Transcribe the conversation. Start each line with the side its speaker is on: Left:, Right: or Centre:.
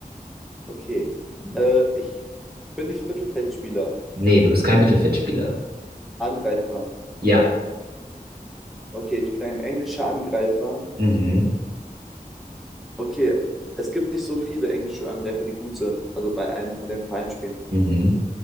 Centre: Okay. Äh, ich bin ich Mittelfeldspieler.
Right: Nee, du bist kein Mittelfeldspieler.
Centre: Angreifer.
Right: Ja.
Centre: Okay, ich bin ein englischer Angreifer.
Right: Mhm.
Centre: Okay, es gibt nicht so viele englische Angreifer, die gut sind. Also bei einem von den Vereinen spielen.
Right: Mhm.